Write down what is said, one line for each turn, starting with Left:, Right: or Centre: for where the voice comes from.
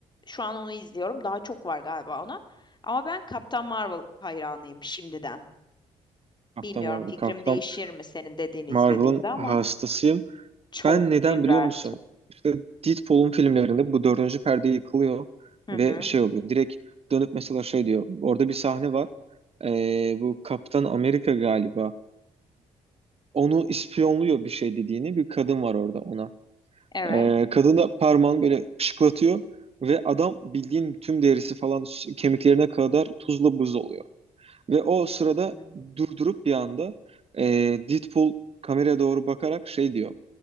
Left: Şu an onu izliyorum. Daha çok var galiba ona. Ama ben Kaptan Marvel hayranıyım şimdiden.
Right: Captain
Left: Bilmiyorum
Right: Marvel.
Left: fikrim
Right: Captain
Left: değişir mi senin dediğini
Right: Marvel'ın
Left: izlediğimde ama
Right: hastasıyım.
Left: çok
Right: Ben neden
Left: güzel.
Right: biliyor musun? İşte Deadpool'un filmlerinde bu dördüncü perde yıkılıyor
Left: Hı
Right: ve
Left: hı.
Right: şey oluyor. Direkt dönüp mesela şey diyor. Orada bir sahne var. Ee, bu Kaptan Amerika galiba. Onu ispiyonluyor bir şey dediğini. Bir kadın var orada ona.
Left: Evet.
Right: Ee, kadın da parmağını böyle şıklatıyor. Ve adam bildiğin tüm derisi falan s- kemiklerine kadar tuzla buz oluyor. Ve o sırada
Left: Hı.
Right: durdurup bir anda ee, Deadpool kameraya doğru bakarak şey diyor.